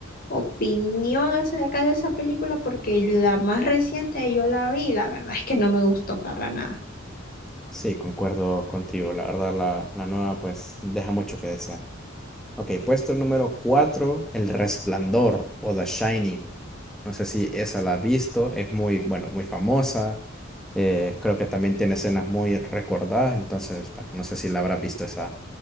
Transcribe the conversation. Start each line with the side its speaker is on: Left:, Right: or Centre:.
Left: opinión acerca de esa película porque la más reciente yo la vi y la verdad es que no me gustó para nada.
Centre: Sí, concuerdo contigo. La verdad, la, la nueva pues deja mucho que desear. Ok, puesto número 4, El Resplandor o The Shining. No sé si esa la has visto. Es muy, bueno, muy famosa. Eh, creo que también tiene escenas muy recordadas. Entonces, bueno, no sé si la habrás visto esa,